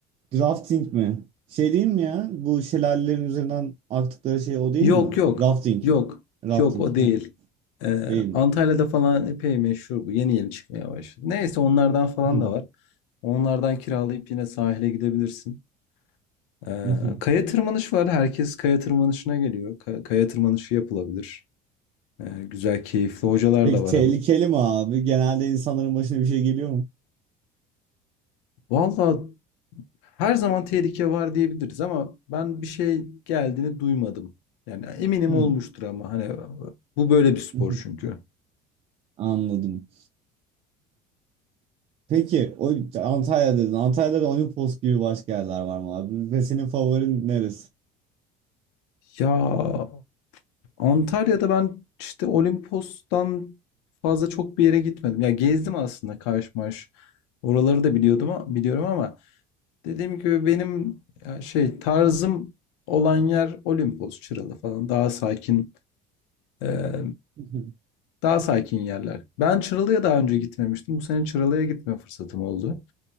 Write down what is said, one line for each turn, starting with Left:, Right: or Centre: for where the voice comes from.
Right: Drafting mi? Şey değil mi ya? Bu şelalelerin üzerinden aktıkları şey o değil
Left: Yok
Right: mi?
Left: yok.
Right: Rafting
Left: Yok.
Right: mi? Rafting.
Left: Yok o değil.
Right: heh,
Left: Ee,
Right: Değil mi?
Left: Antalya'da falan epey meşhur bu. Yeni yeni çıkmaya başladı. Neyse onlardan falan
Right: Hmm.
Left: da var. Onlardan kiralayıp yine sahile gidebilirsin. Ee,
Right: <laughs>
Left: kaya tırmanış var. Herkes kaya tırmanışına geliyor. Ka- kaya tırmanışı yapılabilir. Ee, güzel, keyifli hocalar
Right: Peki
Left: da var
Right: tehlikeli
Left: abi.
Right: mi abi? Genelde insanların başına bir şey geliyor mu?
Left: Valla her zaman tehlike var diyebiliriz ama ben bir şey geldiğini duymadım. Yani eminim
Right: Hmm.
Left: olmuştur ama hani bu böyle bir spor
Right: <laughs>
Left: çünkü.
Right: Anladım. Peki o Antalya dedin. Antalya'da da Olimpos gibi başka yerler var mı abi? Ve senin favorin neresi?
Left: Ya Antalya'da ben işte Olimpos'tan fazla çok bir yere gitmedim. Ya gezdim aslında Kaş Maş. Oraları da biliyordum a- biliyorum ama dediğim gibi benim ya şey tarzım olan yer Olimpos, Çıralı falan daha sakin e,
Right: <laughs>
Left: daha sakin yerler. Ben Çıralı'ya daha önce gitmemiştim. Bu sene Çıralı'ya gitme fırsatım oldu.